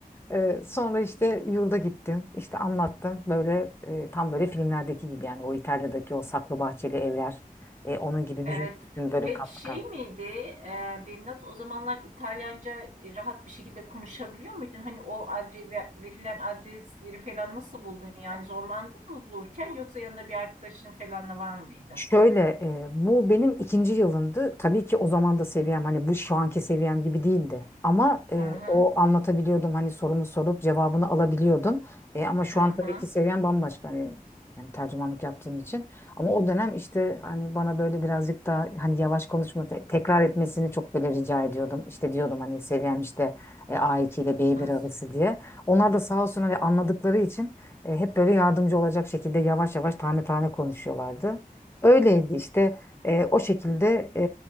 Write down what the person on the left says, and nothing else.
E, sonra işte yurda gittim. İşte anlattım böyle e, tam böyle filmlerdeki gibi yani o İtalya'daki o saklı bahçeli evler. E, onun gibi
bir yurt düşün böyle
katlı
katlı.
Şöyle e, bu benim ikinci yılımdı. Tabii ki o zaman da seviyem hani bu şu anki seviyem gibi değildi. Ama e,
o anlatabiliyordum hani sorumu sorup cevabını alabiliyordum. E, ama şu
an tabii ki seviyem bambaşka hani, yani tercümanlık yaptığım için. Ama o dönem işte hani bana böyle birazcık da hani yavaş konuşma te- tekrar etmesini çok böyle rica ediyordum. İşte diyordum hani seviyem işte e, A2 ile b
bir arası diye. Onlar da sağ olsun hani anladıkları için e, hep böyle yardımcı olacak şekilde yavaş yavaş tane tane konuşuyorlardı. Öyleydi işte e, o şekilde e,